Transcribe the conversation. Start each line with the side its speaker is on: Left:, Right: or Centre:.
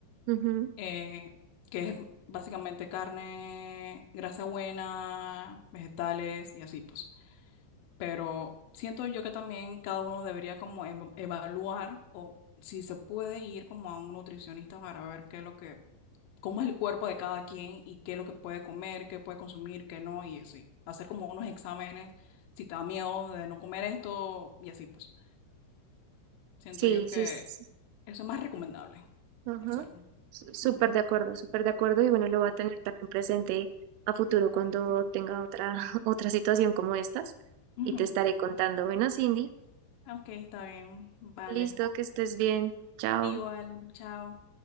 Right: ujú.
Left: eh, que es básicamente carne, grasa buena, vegetales y así pues. Pero siento yo que también cada uno debería como ev- evaluar o si se puede ir como a un nutricionista para ver qué es lo que cómo es el cuerpo de cada quien y qué es lo que puede comer, qué puede consumir, qué no, y así. Hacer como unos exámenes, si te da miedo de no comer esto, y así pues. Siento
Right: Sí,
Left: yo que
Right: sí, es-
Left: eso es más recomendable
Right: Ajá.
Left: hacerlo.
Right: Su- Súper
Left: Ujú,
Right: de acuerdo, súper de acuerdo y bueno,
Left: ujú,
Right: lo va a tener también presente a futuro cuando
Left: ujú,
Right: tenga otra, <laughs> otra situación como estas
Left: ujú.
Right: y te estaré
Left: <laughs>
Right: contando. Bueno, Cindy,
Left: Ok, está bien, vale.
Right: listo, que estés bien. Chao.
Left: Igual, chao.